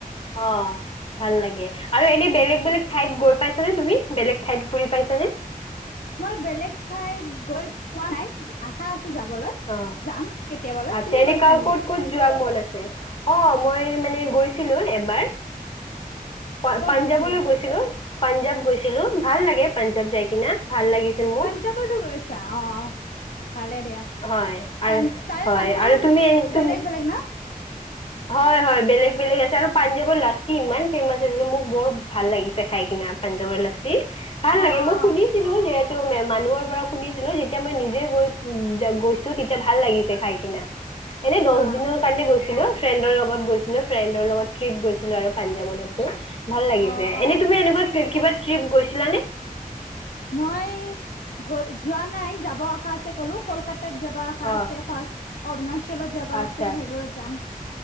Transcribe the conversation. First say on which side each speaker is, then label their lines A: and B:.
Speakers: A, on the left; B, on the left.
A: অহ ', ভাল লাগে আৰু এতিয়া বেলেগ - বেলেগ ঠাইত গৈ পাইছানে তুমি বেলেগ ঠাইত ফুৰি পাইছানে?
B: মই বেলেগ ঠাইত গৈ পোৱা নাই আশা আছে যাবলৈ
A: অ
B: যাম কেতিয়াবালৈ
A: আচ্ছা
B: তুমি
A: এনে
B: গৈছা
A: কাৰ
B: নেকি
A: ক'ত ক'ত যোৱা মন অ মই মানে গৈছিলো এবাৰ প
B: ক'ত
A: পাঞ্জাৱলৈ
B: গৈছিলা
A: গৈছিলো পাঞ্জাৱ গৈছিলো ভাল লাগে পাঞ্জাৱ যাই কিনা ভাল লাগিছে মোক
B: পাঞ্জাৱতো গৈছা অ ভালে দিয়া
A: হয় আৰু
B: প তাৰে
A: হয়
B: মানুহবোৰ
A: আৰু তুমি এনে তুমি
B: বেলেগ বেলেগ না
A: হয় হয় বেলেগ বেলেগ আছে আৰু পাঞ্জাৱ লাছি ইমান ফেমাচ আছে যে মোক বৰ ভাল লাগিছে খাই কিনা পাঞ্জাৱৰ লাচি ভাল
B: অ
A: লাগে
B: অ
A: মই
B: অ
A: শুনিছিলো যিহেতু মানুহৰ পৰা শুনিছিলো যেতিয়া মই নিজে গৈ উ গৈছো তেতিয়া ভাল লাগিছে খাই কিনা এনে দহ
B: অ
A: দিনৰ কাৰণে গৈছ কি ন ফ্ৰেণ্ডৰ লগত গৈছিলো ফ্ৰেণ্ডৰ লগত ট্ৰিপ গৈছিলো আৰু পাঞ্জাৱলৈকে ভাল লাগিছে
B: অ অ
A: এনেই তুমি এনেকুৱা কিবা ট্ৰিপ গৈছিলানে
B: মই গৈ যোৱা নাই যাব আশা আছে কলো কলকাতা তাত যাবা
A: অ
B: খাছে ফাছ অৰুণা অঞ্চলত যাবা
A: আচ্ছা
B: আছে সেইবোৰত যাম